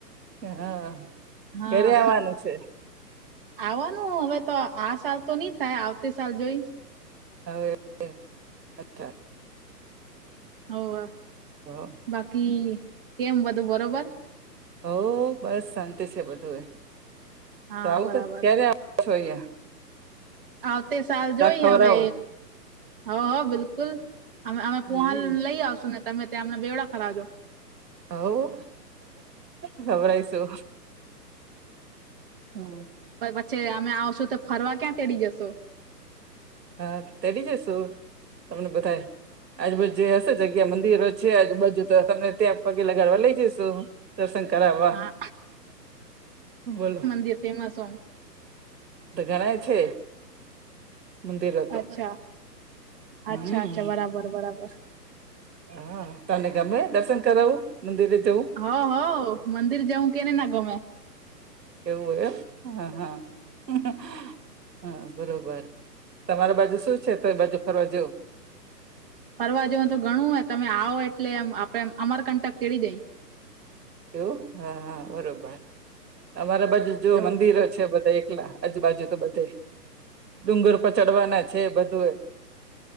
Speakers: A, on the right; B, on the right.
A: હા
B: હા
A: ક્યારે આવવાનું છે
B: આવવાનું હવે તો આ સાલ તો નઈ થાય આવતી સાલ જોઈ.
A: હવે અચ્છા
B: હોવા
A: હા
B: બાકી કેમ બધું બરોબર
A: હો બસ શાંતિ છે, બધું
B: હા
A: એતો આવું
B: બરાબર
A: ક્યારે આવછો અહીંયા.
B: આવતે સાલ જોઈ
A: ખવરાવું
B: હવે હવ હ બિલકુલ અમે અમે
A: હમ
B: પોહાલ લઈ આવશું ને તમે ત્યાં અમને બેવડા ખરાવજો.
A: હવ ખવરાઈશું હમ્મ
B: પછી અમે આવશું તો ફરવા ક્યાં તેડી જશો
A: હા તેરી જ શું તમને બધા આજુબજુ જે હશે જગ્યા મંદિરો છે, આજુબજુ તો તમને ત્યાં પગે લગાડવા લઈ જઈશું. દર્શન કરાવવા
B: હા
A: બોલો
B: જે ફેમસ હો
A: તો ઘણાય છે. મંદિરો તો
B: અચ્છા
A: હમ
B: અચ્છા અચ્છા બરાબર બરાબર.
A: હા તને ગમે દર્શન કરાવું મંદિરે જવું?
B: હવ હવ મંદિર જવું કે ને ના ગમે
A: એવું એમ હ હા હમ્મ બરાબર તમારા બાજુ શું છે તો એ બાજુ ફરવા જેવું
B: ફરવા જવાનું તો ઘણું હોય તમે આવો એટલે એમ આપડે અમરકંટક તેડી જઈ
A: એવું હા હા બરોબર અમારા બાજુ જો
B: તો
A: મંદિરો છે બધા એકલા આજુબાજુ તો બધે ડુંગર પચડવાના છે, બધું એ